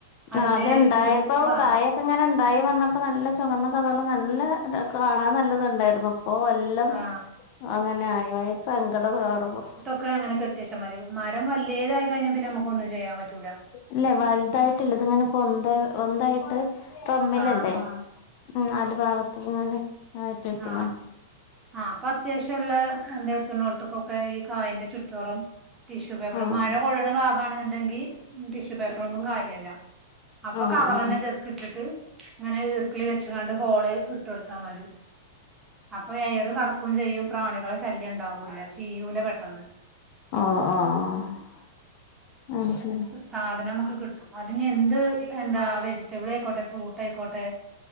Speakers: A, on the right; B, on the left.
A: അതിന്റെ
B: അത്ണ്ടായപ്പോ
A: ഇത് ആ
B: കായക്കെങ്ങനെ ഉണ്ടായി വന്നപ്പോ നല്ല ചുവന്ന കളർ നല്ല കാണാൻ നല്ലത് ഉണ്ടായിരുന്നു അപ്പൊ എല്ലാം
A: ആ
B: അങ്ങനെ ആയി വയ സങ്കടം കാണുമ്പോ
A: ഒക്കെ അങ്ങനെ കട്ടാച്ചൽ മതി മരം വലതായി കഴിഞ്ഞൽ പിന്നെ നമുകോന്നും ചെയ്യാൻ പറ്റൂല്ല
B: ഇല്ലേ വലുതായിട്ടില്ല ഇത്ങ്ങനെ പൊന്ത പൊന്ത യിട്ട് മ്മിലല്ലേ
A: ആ ആ
B: ഉം നല് ഭാഗത്ത ഇങ്ങനെ ആയിട്ട് നിക്കണോ
A: ആഹ് ആഹ് അപ്പൊ അത്യാവശ്യംള്ള എന്റെ എത്തണോർത്തക്കൊക്കെ ഈ കായന്റെ ചുറ്റോറം ടിഷ്യൂ പേപ്പർ
B: ആഹ്
A: മഴ കൊള്ളണ ഭാഗമാണെന്നുണ്ടെങ്കിൽ ടിഷ്യൂ പേപ്പറൊണ്ടും കാര്യല്ല അപ്പൊ
B: ആഹ്
A: കവർന്നെ
B: ആഹ്
A: ജസ്റ്റ് ഇട്ടിട്ട് അങ്ങനെർ കക്കളി വെച്ചച്ച് കണ്ട് ഹോള് ഇട്ട് കൊടുത്താൽ മതി അപ്പൊ എയറ് കടക്കുകയും ചെയ്യും പ്രാണികളെ ശല്യം ഉണ്ടാവൂല്ല ചീയൂല പെട്ടത്
B: ആഹ് ആഹ് ഉം
A: സാധനമക്ക് കിട്ടും അതി എന്ത് എന്താ വെജിറ്റബിൾ ആയിക്കോട്ടെ ഫ്രൂട്ട് ആയിക്കോട്ടെ